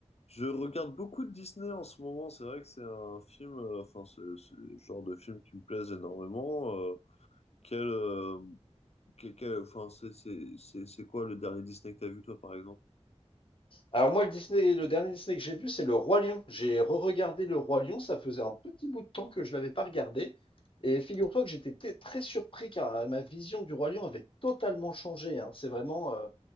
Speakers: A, on the left (about 65°); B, on the left (about 50°).
A: Je regarde beaucoup de Disney en ce moment. C'est vrai que c'est un film, euh, enfin, c'est c'est le genre de film qui me plaise énormément. Euh, quel, euh, quel- quel- enfin, c'est c'est- c'est- c'est quoi le dernier Disney que t'as vu, toi, par exemple?
B: Alors moi, le Disney, le dernier Disney que j'ai vu, c'est Le Roi Lion. J'ai re-regardé Le Roi Lion, ça faisait un petit bout de temps que je l'avais pas regardé. Et figure-toi que j'étais t- très surpris car euh, ma vision du Roi Lion avait totalement changé. hein. C'est vraiment, euh,